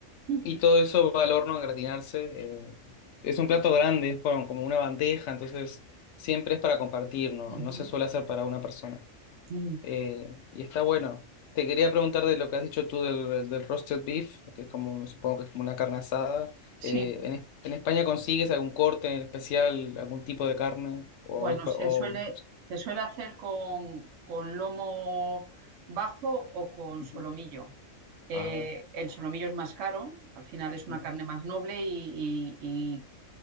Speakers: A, on the right (about 70°); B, on the left (about 65°).
A: ujú,
B: Y todo eso va al horno a gratinarse. eh, es un plato grande, es como como una bandeja, entonces siempre es para compartir, no,
A: ujú.
B: no se suele hacer para una persona
A: Mm.
B: eh, y está bueno. Te quería preguntar de lo que has dicho tú del, del roasted beef, que es como, supongo que es como una carne asada.
A: Sí,
B: Eh, ¿en, Es- en España consigues algún corte en especial, algún tipo de carne? O,
A: bueno,
B: es cua-
A: se
B: o-
A: suele, se suele hacer con, con lomo bajo o con
B: Ujú.
A: solomillo. Eh,
B: ah,
A: el solomillo es más caro, al final es una
B: ujú,
A: carne más noble y, y- y-